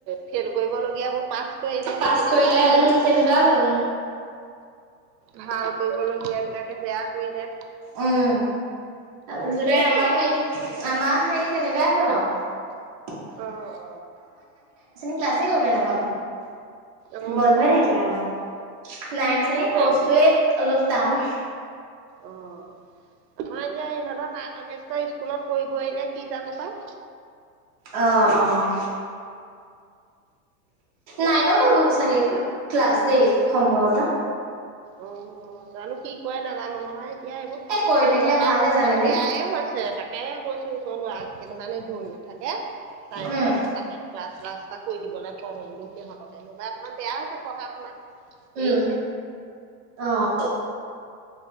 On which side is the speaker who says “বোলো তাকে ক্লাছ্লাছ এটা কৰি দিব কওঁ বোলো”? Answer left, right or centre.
Right